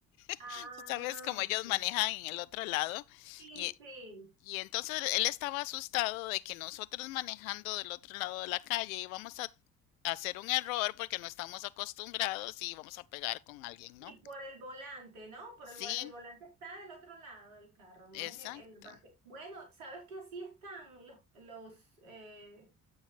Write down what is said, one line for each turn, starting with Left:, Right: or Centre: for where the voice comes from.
Left: <laughs>
Right: Ah,
Left: Tú sabes como ellos
Right: ok.
Left: manejan en el otro lado.
Right: Sí,
Left: Y,
Right: sí.
Left: y entonces él estaba asustado de que nosotros manejando del otro lado de la calle íbamos a hacer un error porque no estamos acostumbrados y íbamos a pegar con alguien,
Right: Y
Left: ¿no?
Right: por el volante, ¿no? Por
Left: Sí,
Right: el, vol- el volante está del otro lado del carro, no
Left: exacto.
Right: es e- en la parte. Bueno, ¿sabes que así están los, los eh,